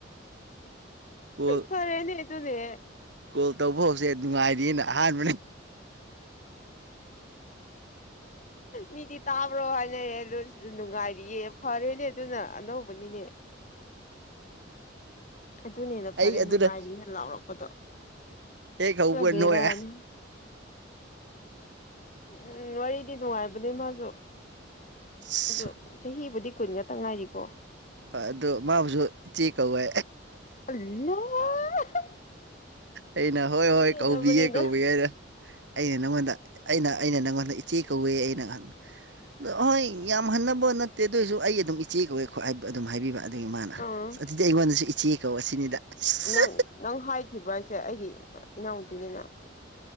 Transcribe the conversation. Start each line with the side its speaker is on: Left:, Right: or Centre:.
Right: ꯀꯣꯜ
Left: ꯐꯔꯦꯅꯦ ꯇꯅꯦ
Right: ꯀꯣꯜ ꯇꯧꯕ ꯍꯧꯁꯦ ꯅꯨꯡꯉꯥꯏꯔꯤꯑꯅ ꯑꯍꯥꯟꯕꯅ
Left: ꯃꯤꯗꯤ ꯇꯥꯕ꯭ꯔꯣ ꯍꯥꯏꯅꯔꯦ ꯑꯗꯣ ꯁꯤꯗ ꯅꯨꯡꯉꯥꯏꯔꯤꯌꯦ ꯐꯔꯦꯅꯦ ꯑꯗꯨꯅ ꯑꯅꯧꯕꯅꯤꯅꯦ ꯑꯗꯨꯅꯦꯅ ꯐꯔꯦ
Right: ꯑꯩ ꯑꯗꯨꯅ
Left: ꯅꯨꯡꯉꯥꯏꯅꯤꯅ ꯂꯥꯎꯔꯛꯄꯗꯣ
Right: ꯍꯦꯛ ꯍꯧꯕꯒ
Left: ꯆꯕꯤꯔꯥꯅꯤ
Right: ꯅꯣꯛꯑꯦ
Left: ꯎꯝ ꯋꯥꯔꯤꯗꯤ ꯅꯨꯡꯉꯥꯏꯕꯅꯦ ꯃꯥꯁꯨ
Right: ꯑꯁ
Left: ꯑꯣ ꯆꯍꯤꯕꯨꯗꯤ ꯀꯨꯟ ꯉꯛꯇꯪ ꯉꯥꯏꯔꯤꯀꯣ
Right: ꯍ ꯑꯗꯨ ꯃꯥꯕꯨꯁꯨ ꯏꯆꯦ ꯀꯧꯋꯦ
Left: ꯑ <unintelligible> <inaudible>
Right: ꯑꯩꯅ ꯍꯣꯏ ꯍꯣꯏ
Left: ꯍꯦꯜꯂꯕꯅꯤꯗ
Right: ꯀꯧꯕꯤꯌꯦꯦ ꯀꯧꯕꯤꯌꯦꯦ ꯑꯗ ꯑꯩꯅ ꯅꯪꯉꯣꯟꯗ ꯑꯩꯅ ꯑꯩꯅ ꯅꯪꯉꯗ ꯏꯆꯦ ꯀꯧꯏꯦ ꯑꯩꯅ ꯅꯍ ꯑ ꯍꯣꯏ ꯌꯥꯝ ꯍꯟꯅꯕꯣ ꯅꯠꯇꯦ ꯑꯗꯨꯑꯣꯏꯁꯨ ꯑꯩ ꯑꯗꯨꯝ ꯏꯆꯦ ꯀꯧꯋꯦꯣ ꯑꯗꯨꯝ ꯍꯥꯏꯕꯤꯕ ꯑꯗꯨꯒꯤ ꯃꯥꯅ
Left: ꯑꯥ
Right: ꯑꯁ ꯑꯗꯨꯗꯤ ꯑꯩꯉꯣꯟꯗꯁꯨ ꯏꯆꯦ ꯀꯧ ꯑꯁꯤꯅꯤꯗ ꯑꯁ
Left: ꯅꯪ ꯅꯪ ꯍꯥꯏꯈꯤꯕ꯭ꯔꯥ ꯍꯥꯏꯁꯦ ꯑꯩꯒꯤ ꯏꯅꯥꯎꯅꯨꯄꯤꯅꯤꯅ